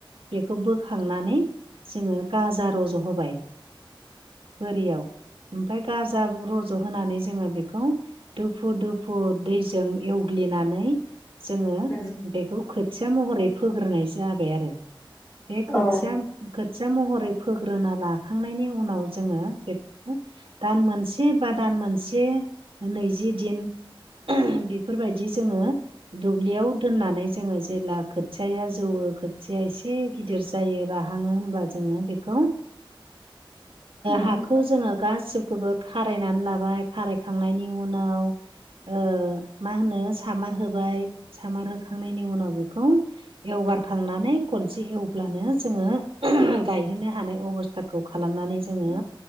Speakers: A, on the right; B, on the left.
A: बेखौ बोखांनानै जोङो गाजा रज' होबाय बोरियाव ओमफ्राय गाजा रज' होनानै जोङो बेखौ दुफु दुफु दैजों एवग्लिनानै जोङो
B: <inaudible>
A: बेखौ खोथिया महरै फोग्रोनाय जाबाय आरो बे खोया
B: औ
A: खोथिया महर रै फोग्रोना लाखांनायनि उनाव जोङो बेखौ दान मोनसे बा दान मोनसे नैजि दिन बेफोरबायदि जोङो दुब्लियाव दोननानै जोङो जेब्ला खोथियाया जौवो खोथिया एसे गिदिर जायो राहाङो होब्ला जोङो बे खौ
B: ओम
A: हाखौ जोङो गासिबो खौबो खारायनानै लाबाय खारायखांनायनि उनाव ओ मा होनो सामार होबाय सामार होखांनायनि उनाव बेखौ एवगारखांनानै खनसे एवब्लानो जोङो गायो। गायनो हानाय अबस्थाखौ खालामनानै जोङो